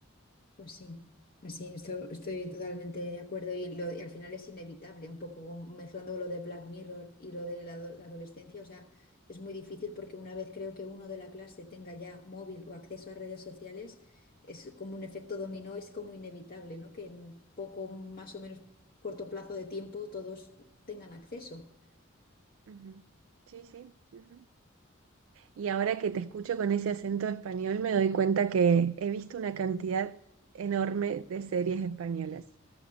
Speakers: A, on the left; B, on the right.
A: Pues sí, pues sí, esto- estoy totalmente de acuerdo y, lo- y al final es inevitable, un poco mezclando lo de Black Mirror y lo de la, ado- la adolescencia, o sea, es muy difícil porque una vez creo que uno de la clase tenga ya móvil o acceso a redes sociales, es como un efecto dominó, es como inevitable, ¿no? Que en un poco más o menos corto plazo de tiempo todos tengan acceso.
B: Ujú. Sí, sí. ujú. Y ahora que te escucho con ese acento español, me doy cuenta que he visto una cantidad enorme de series españolas.